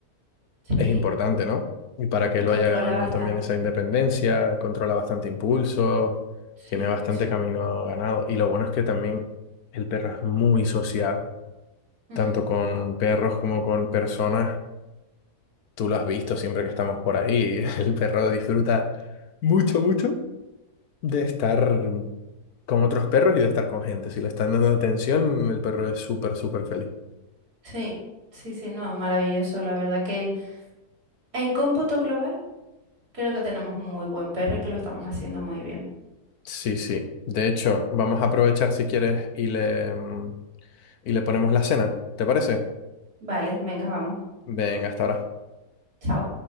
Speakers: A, on the right; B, on the left.
A: sí,
B: Es importante, ¿no? Y para que
A: y
B: lo
A: controla
B: vaya ganando
A: bastante.
B: también esa independencia, controla bastante impulso,
A: Sí,
B: tiene bastante
A: mucho.
B: camino ganado. Y lo bueno es que también el perro es muy sociable,
A: Mm,
B: tanto con perros como con personas. Tú lo has visto siempre que estamos por ahí. <laughs> El perro disfruta mucho, mucho de estar con otros perros y de estar con gente. Si le están dando atención, el perro es súper, súper feliz.
A: sí, sí, sí, no, maravilloso. La verdad que en cómputo global creo que tenemos un muy buen perro y que lo estamos haciendo muy bien.
B: Sí, sí. De hecho, vamos a aprovechar si quieres y le, mm, y le ponemos la cena. ¿Te parece?
A: Vale, venga, vamos.
B: Venga, hasta ahora.
A: Chao.